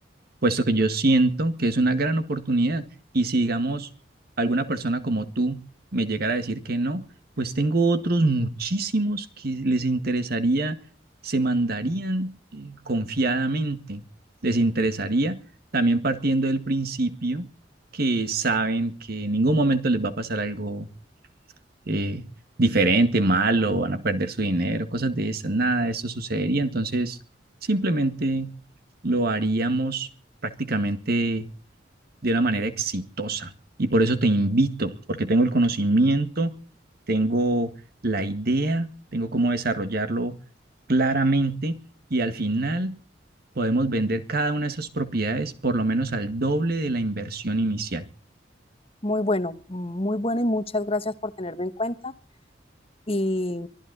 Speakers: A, on the right; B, on the left.
A: puesto que yo siento que es una gran oportunidad. Y si, digamos, alguna persona como tú me llegara a decir que no, pues tengo otros muchísimos que les interesaría, se mandarían eh, confiadamente, les interesaría también partiendo del principio que saben que en ningún momento les va a pasar algo eh, diferente, malo, van a perder su dinero, cosas de esas. Nada de esto sucedería. Entonces, simplemente lo haríamos prácticamente de una manera exitosa. Y por eso te invito, porque tengo el conocimiento, tengo la idea, tengo cómo desarrollarlo claramente y al final podemos vender cada una de esas propiedades por lo menos al doble de la inversión inicial.
B: Muy bueno, muy bueno y muchas gracias por tenerme en cuenta. y